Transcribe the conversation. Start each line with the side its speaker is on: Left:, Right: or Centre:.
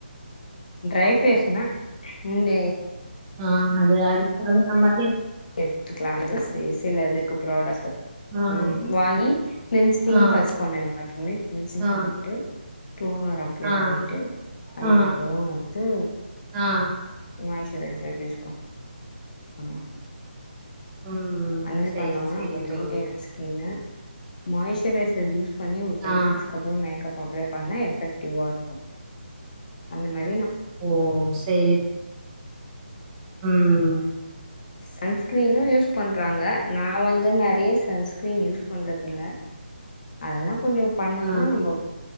Left: டிரை ஃபேஸ்னா இந்த
Right: ஆஹ் அது அதுக்கு பிரகரம் பண்ண
Left: எடுத்துக்கலாம் சில சில இதுக்கு ப்ராடக்ட்
Right: ஆ.
Left: உம் வாங்கி கிளின்சிங்
Right: ஆ
Left: பஸ்ட் பண்ணணும் எப்பமே கிளின்சிங்
Right: ஆ
Left: பண்ணிட்டு டோனர் அப்ளை
Right: ஆ
Left: பண்ணிட்டு அதுக்கப்புறம்
Right: ஆ
Left: வந்து
Right: ஆ
Left: மாய்சரைசர் யூஸ் பண்ண உம்
Right: ம்
Left: அந்த மாதிரி
Right: சேரி
Left: பண்ணும்னா
Right: சேரி
Left: அந்து
Right: தோழி
Left: ரீட்டெய்ல ஸ்கின்ன மாய்சரைசர் யூஸ் பண்ணி டென்
Right: ஆ
Left: மினிட்ஸ் அப்புறம் மேக்அப் அப்ளை பண்ணா எபக்ட்டிவ்வா இருக்கும் அந்த மாதிரி
Right: ஓ சரி உஹம்
Left: சன்ஸ்கிரீனும் யூஸ் பண்றாங்க நான் வந்து நெறைய சன்ஸ்கிரீன் யூஸ்ன் பண்றதுல்ல அதெல்லாம் இப்டி பண்ணோம்னா
Right: ஆ
Left: நம்ம ம்